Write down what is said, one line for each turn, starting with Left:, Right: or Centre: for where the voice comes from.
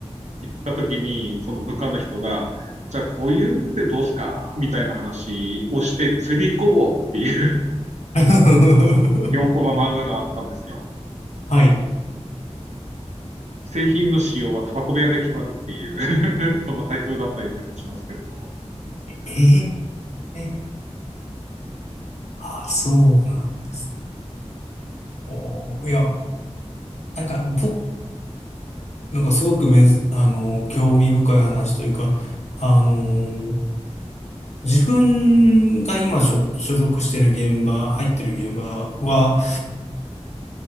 Right: 行った時に、その部下の人が、じゃあこういうんでどうすかみたいな話をして、釣り行こうっていう
Left: <laughs>
Right: 4コマ漫画があったんですよ。
Left: はい。
Right: 製品の仕様はタバコ部屋で決まるっていう <laughs> そんなタイトルだったような気がしますけれど。
Left: えー、あ、そうなんですね。おー、いや、なんか、僕、なんかすごくめず、あのー興味深い話というか、あのー自分が今所、所属してる現場、入ってる現場は、